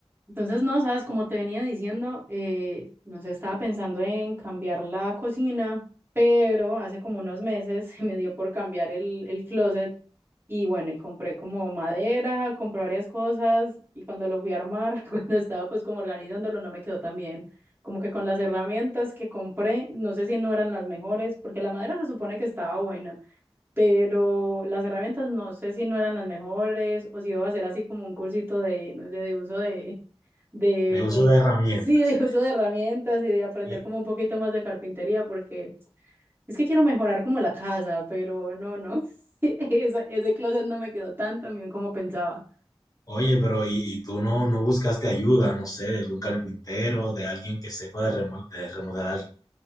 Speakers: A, on the right; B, on the left.
A: Entonces, no, sabes, como te venía diciendo, eh, no sé, estaba pensando en cambiar la cocina, pero hace como unos meses <laughs> se me dio por cambiar el, el closet y bueno, y compré como madera, compré varias cosas y cuando lo fui a armar, <laughs> cuando estaba pues como organizándolo, no me quedó tan bien. Como que con las herramientas que compré, no sé si no eran las mejores, porque la madera se supone que estaba buena pero las herramientas no sé si no eran las mejores o si iba a hacer así como un cursito de, no sé, de uso de, de,
B: de uso de herramientas.
A: sí, de uso de herramientas y de aprender
B: Y,
A: como un poquito más de carpintería, porque es que quiero mejorar como la casa, pero no, no, <laughs> esa- ese closet no me quedó tan tan bien como pensaba.
B: oye, pero y, y tú no, no buscaste ayuda, no sé, de algún carpintero, de alguien que sepa de, remo- de remodelar eh,